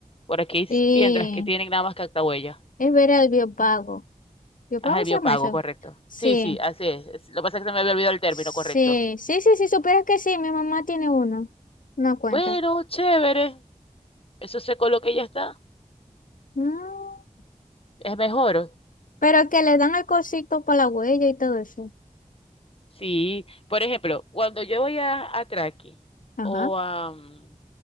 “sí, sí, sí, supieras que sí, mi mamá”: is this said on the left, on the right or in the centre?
Left